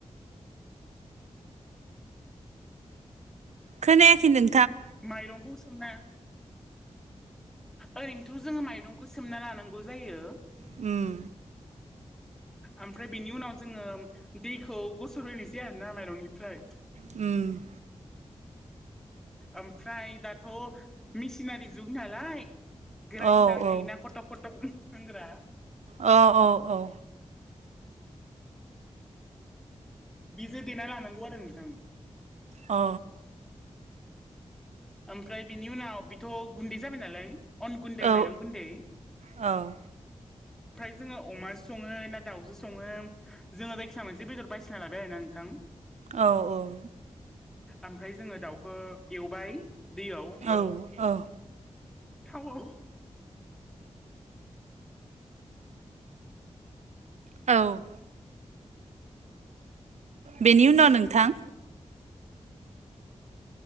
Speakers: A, on the right; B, in the centre.
A: खोनायाखै नों
B: माइरंखौ सोमना ओरैनोथ' जोङो माइरंखौ सोमना लानांगौ जायो
A: उम
B: ओमफ्राय बेनि उनाव जोङो दैखौ गसरहोनोसै आरोना माइरंनिफ्राय
A: उम
B: ओमफ्राय दाथ' मेसिनारि जुग नालाय ग्राइन्दार
A: औ
B: थायोना
A: औ
B: कटक कटक होनग्रा
A: औ औ औ
B: बिजे देना लानांगौ आरो नोंथां।
A: अ
B: ओमफ्राय बिनि उनाव बेथ' गुन्दै जाबाय नालाय अन गुन्दै
A: औ
B: माइरं गुन्दै
A: औ
B: ओमफ्राय जोङो अमाजो सङो ना दाउजो सङो जोङो जायखिजाया मोनसे बेदर बासिना लाबाय आरोना नोंथां
A: औ औ
B: ओमफ्राय जोङो दाउखौ एवबाय दैयाव
A: औ औ
B: थावआव
A: औ बेनि उनाव नोंथां